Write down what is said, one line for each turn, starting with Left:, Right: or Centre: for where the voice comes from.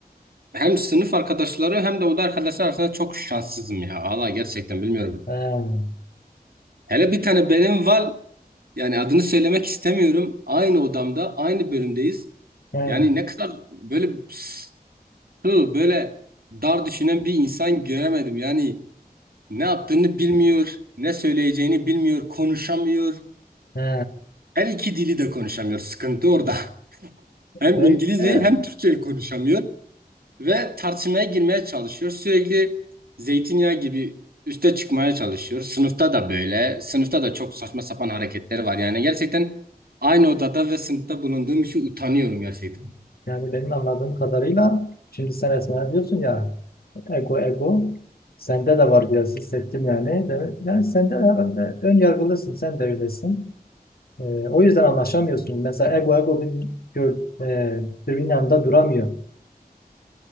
Right: hem sınıf arkadaşları hem de oda arkadaşlar arasında çok şanssızım ya. Allah gerçekten bilmiyorum.
Left: he,
Right: Hele bir tane benim var Yani adını söylemek istemiyorum. Aynı odamda, aynı bölümdeyiz.
Left: he,
Right: Yani ne kadar böyle sığ, böyle dar düşünen bir insan göremedim. Yani ne yaptığını bilmiyor, ne söyleyeceğini bilmiyor, konuşamıyor.
Left: he,
Right: Her iki dili de konuşamıyor. Sıkıntı orada. <laughs> Hem
Left: Böyle,
Right: İngilizceyi
Left: he,
Right: hem Türkçeyi konuşamıyor. Ve tartışmaya girmeye çalışıyor. Sürekli zeytinyağı gibi üste çıkmaya çalışıyor. Sınıfta da böyle. Sınıfta da çok saçma sapan hareketleri var. Yani gerçekten aynı odada ve sınıfta bulunduğum için utanıyorum gerçekten.
Left: Yani benim anladığım kadarıyla şimdi sen Esma'ya diyorsun ya ego ego sende de var biraz hissettim yani. Demek- Yani sen de herhalde ön yargılısın sen de öylesin. Ee, o yüzden anlaşamıyorsun. Mesela ego ego bir, gör, e, birbirinin yanında duramıyor.